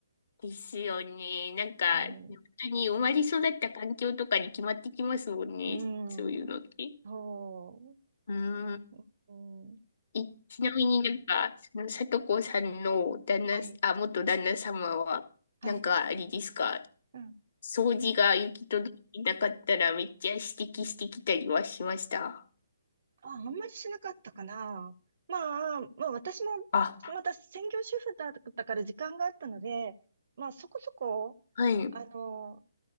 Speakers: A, on the left (about 50°); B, on the right (about 50°).
A: ですよね。なんか、
B: うん。
A: 本当に生まれ育った環境とかに決まってきますもんね。
B: うん。
A: そういうのって。
B: そ
A: うん。
B: う。うん。
A: いちなみになんか、その、さとこさんの旦那、
B: はい。
A: あ、元旦那様は、
B: はい。
A: なんか、あれですか、
B: うん。
A: 掃除が行き届いてなかったらめっちゃ指摘してきたりはしました。
B: あ、あんまりしなかったかな。まあ、まあ、私も、
A: あ、
B: また専業主婦だったから時間があったので、まあ、そこそこ、
A: はい。
B: あの、